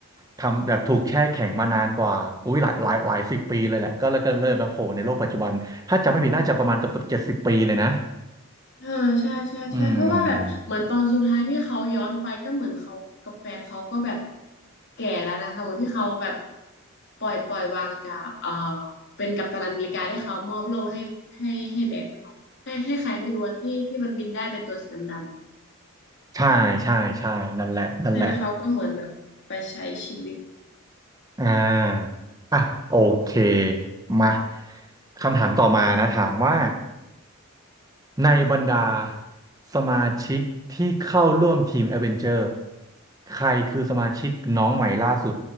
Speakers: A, on the right (about 15°); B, on the left (about 50°).
A: ทำแบบถูกแช่แข็งมานานกว่าอุ้ยหลายหลายหลายสิบปีเลยแหละก็เลยก็เลยมาโผล่ในโลกปัจจุบันถ้าจำไม่ผิดน่าจะประมาณเกือบเกือบเจ็ดสิบปีเลยนะ
B: เออใช่ใช่ใช่เพราะว่าแบบเหมือนตอนสุดท้ายที่เขาย้อนไปก็เหมือนเขากับแฟนเขาก็แบบ
A: อืม
B: แก่แล้วนะคะเหมือนที่เขาแบบปล่อยปล่อยวางจากเอ่อเป็นกัปตันอเมริกาได้เขามอบโล่ให้ให้ให้แบ็คหรือเปล่าให้ให้ใครไม่รู้อะที่ที่มันบินได้เป็นตัวสีดำๆอะ
A: ใช่ใช่ใช่นั่นแหละนั่นแหละ
B: ใช่แล้วเขาก็เหมือนแบบไปใช้ชีวิต
A: อ่าอ่ะโอเคมาคำถามต่อมานะถามว่า ในบรรดาสมาชิกที่เข้าร่วมทีม a อเวนเจอร์ใครคือสมาชิกน้องใหม่ล่าสุด